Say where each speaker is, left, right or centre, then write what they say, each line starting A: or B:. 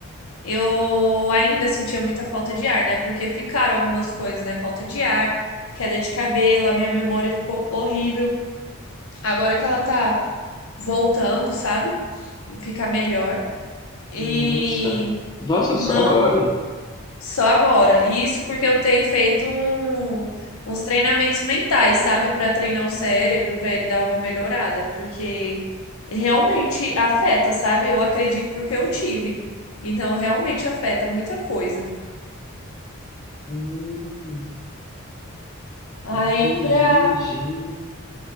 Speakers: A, on the left (about 75°); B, on the left (about 15°).
A: eu ainda sentia muita falta de ar, né? Porque ficaram algumas coisas, né? Falta de ar, queda de cabelo, a minha memória ficou horrível. Agora que ela tá voltando, sabe? Fica melhor. E
B: Nossa. Nossa,
A: não,
B: só agora?
A: só agora. E Isso porque eu tenho feito um- uns treinamentos mentais, sabe? Pra treinar o cérebro, pra ele dar uma melhorada, porque realmente afeta, sabe? Eu acredito porque eu tive. Então, realmente afeta muita coisa.
B: Hum, entendi,
A: Aí pra.
B: gente.